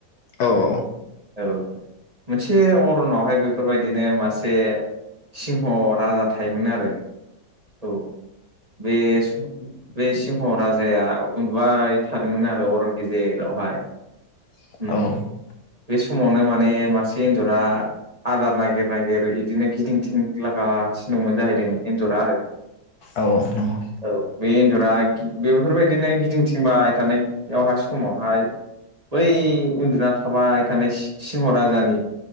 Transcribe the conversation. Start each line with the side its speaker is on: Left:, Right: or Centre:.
Left: औ औ
Right: औ मोनसे अरनावहाय बेफोरबायदिनो मासे सिंह राजा थायोमोन आरो औ बे बे सिंह राजाया उन्दुबाय थादोंमोन आरो अरन गेजेरावहाय
Left: औ
Right: उम बे समावनो माने मासे एन्जरा आदार नागिर नागिर बिदिनो गिदिं थिं लागासिनो दंमोन जाहैदों एन्जरा आरो
Left: औ औ नंगौ
Right: औ बे एन्जरा बेफोरबायदिनो गिदिंथििंबाय थानायावहाय समावहाय बै उन्दुना थाबाय थानाय सिंह राजानि